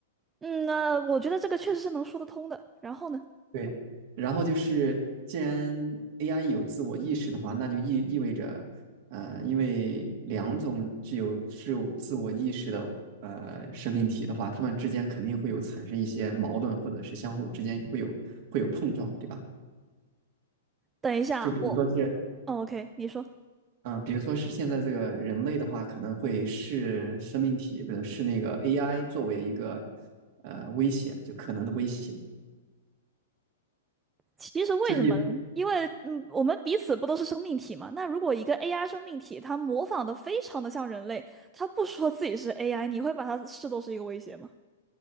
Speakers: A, on the right; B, on the right.
A: 嗯，那我觉得这个确实是能说得通的。然后呢，
B: 对，然后就是，既然 AI 有自我意识的话，那就意意味着，呃，因为两种具有自我自我意识的呃生命体的话，它们之间肯定会有产生一些矛盾，或者是相互之间会有会有碰撞，对吧？
A: 等一下，
B: 就比如说是，
A: 我，哦，OK，你说。
B: 嗯、比如说是现在这个人类的话，可能会视生命体，不是视那个 AI 作为一个呃威胁，就可能的威胁。
A: 其实为什么呢？
B: 就是有
A: 因为嗯，我们彼此不都是生命体嘛？那如果一个 AI 生命体，它模仿的非常的像人类，它不说自己是 AI，你会把它视作是一个威胁吗？